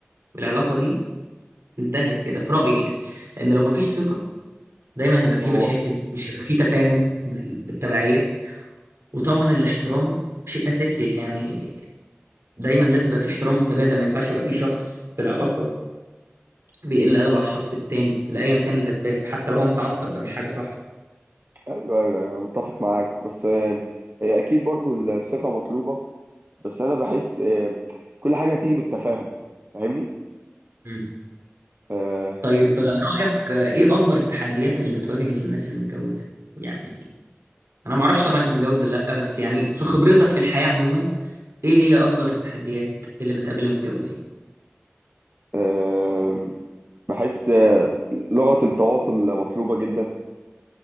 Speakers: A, on the right; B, on the right.
A: والعلاقة دي انتهت كده في رأيي يعني لأن لو مفيش ثقة دايما هيبقى فيه
B: ما هو
A: مشاكل مش هيبقى فيه تفاهم بال- بالتبعية وطبعا الاحترام شيء أساسي يعني دايما لازم يبقى فيه احترام متبادل ما ينفعش يبقى فيه شخص في العلاقة بيقل أدب على الشخص التاني لأيا كان الأسباب حتى لو هو متعصب ده مش حاجة صح
B: ايوه ايوه ايوه انا متفق معاك بس آه، هي اكيد برضو الثقة مطلوبة بس انا بحس آه، كل حاجه هتيجي بالتفاهم فاهمني
A: مم.
B: آه،
A: طيب رأيك إيه أكبر التحديات اللي بتواجه الناس المتجوزة؟ يعني أنا معرفش طبعا أنت متجوز ولا لأ بس يعني في خبرتك في الحياة عموما إيه هي أكبر التحديات اللي بتقابل المتجوزين؟
B: آه، بحس آه، لغه التواصل مطلوبه جدا